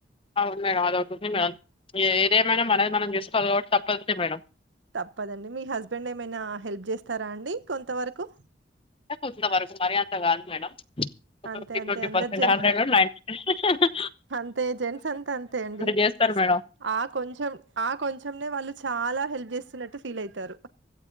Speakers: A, on the left (about 30°); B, on the right (about 85°).
A: ఔను మేడం అదోటుంది మేడం ఏ ఏదేమైనా మనది మనం జెస్కో వాల్గాబట్టి తప్పట్లే మేడం
B: తప్పదండి మీ హస్బెండ్ ఏమైనా హెల్ప్ జేస్తారా అండీ కొంతవరకు
A: కొంతవరకు మరీ అంత గాదు మేడం ట్వంటీ
B: అంతే అంతే
A: ట్వంటీ
B: అందరు
A: పర్సెంట్
B: జెన్
A: హండ్రెడ్ లో నై <unintelligible>
B: అంతే జెంట్స్ అంత అంతే అండీ
A: చేస్తారు మేడం
B: ఆ కొంచెం ఆ కొంచెంనే వాళ్ళు చాలా హెల్ప్ జేస్తున్నట్టు ఫీల్ అయితారు